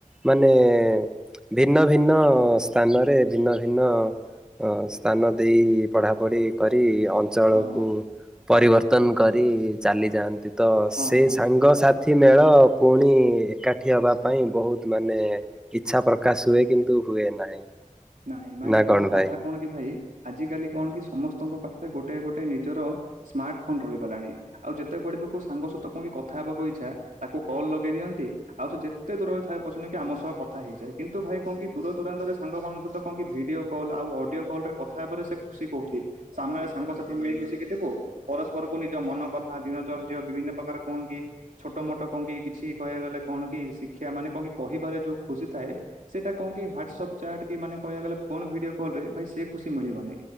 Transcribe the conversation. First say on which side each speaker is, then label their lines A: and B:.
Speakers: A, in the centre; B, on the right (about 80°).
A: ମାନେ ଭିନ୍ନ ଭିନ୍ନ ସ୍ଥାନରେ ଭିନ୍ନ ଭିନ୍ନ ଅ ସ୍ଥାନ ଦେଇ ପଢାପଢି କରି ଅଞ୍ଚଳକୁ
B: ହଁ
A: ପରିବର୍ତ୍ତନ କରି ଚାଲି ଯାଆନ୍ତି ତ
B: ହଁ
A: ସେ ସାଙ୍ଗସାଥି ଏଥି ମେଳ ପୁଣି ଏକାଠି ହେବା ପାଇଁ ବହୁତ ମାନେ ଇଚ୍ଛା ପ୍ରକାଶ ହୁଏ କିନ୍ତୁ ହୁଏ ନାହିଁ
B: ନାଇଁ ମାନେ
A: ନା
B: କଣ କି କଥା
A: ଭାଇ?
B: କଣ କି ଭାଇ ଆଜିକାଲି କଣ କି ସମସ୍ତଙ୍କ ପାଖରେ ଗୋଟେ ଗୋଟେ ନିଜର ସ୍ମାର୍ଟ ଫୋନ ରହିଗଲାଣି। ଆଉ ଯେତେବେଳେ ବି କଉ ସାଙ୍ଗସହିତ କୁକି କଥା ହେବାକୁ ଇଚ୍ଛା ତାକୁ କଲ୍ ଲଗେଇ ଦିଅନ୍ତି। ଆଉ ସେ ଯେତେ ଦୂରରେ ଥାଏ ପଛନ୍ଦ କି ଆମ ସହ କଥା ହେଇଯାଏ କିନ୍ତୁ ଭାଇ କହ କି ଦୂର ଦୂରାନ୍ତରେ ସାଙ୍ଗମାନାନଙ୍କ ସତ କଣ କି ଭିଡିଓ କଲ୍ ଆଉ ଅଡିଓ କଲ ରେ କଥା ହେବାରେ ସେ ଖୁସି କଉଠି ସାମ୍ନାରେ ସାଙ୍ଗସାଥି ମିଳିମଶିକି ଜିବୁ ପରସ୍ପରକୁ ନିଜ ମନ କଥା ଦିନଚର୍ଯ୍ୟ୍ୟା ବିଭିନ୍ନ ପ୍ରକାର କଣ କି ଛୋଟ ମୋଟ କଣ କି କିଛି କହିବାକୁ ଗଲେ କଣ କି ଶିକ୍ଷା ମାନେ କଣ କି କହିବାରେ ଯୋଉ ଖୁସି ଥାଏ ସେଇଟା କଣ କି ହ୍ୱାଟସପ୍ ଚାଟ୍ ଫୋନେ କହିବା ଗଲେ ଫୋନ ଭିଡିଓ କଲ ରେ ଭାଇ ସେ ଖୁସି ମିଳିବନି